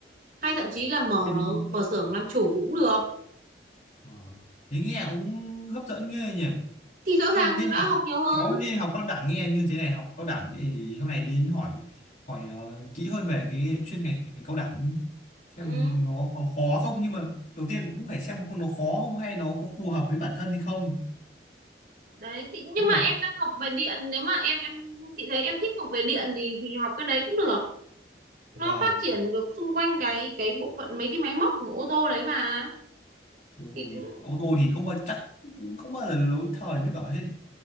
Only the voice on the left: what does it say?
bên
Ờ. Thế nghe cũng hấp dẫn ghê nhỉ.
Hay
nên
học
kéo đi học cao đẳng nghe như thế này học cao đẳng thì hôm nay đến hỏi hỏi ờ, kỹ hơn về cái chuyên ngành cao đẳng xem
nó có khó không nhưng mà đầu tiên cũng phải xem nó khó không hay nó có phù hợp với bản thân hay không.
Nhưng
mà
vâng,
đúng
rồi nhỉ.
Ô tô thì không bao chắc không bao giờ lỗi thời mới cả hết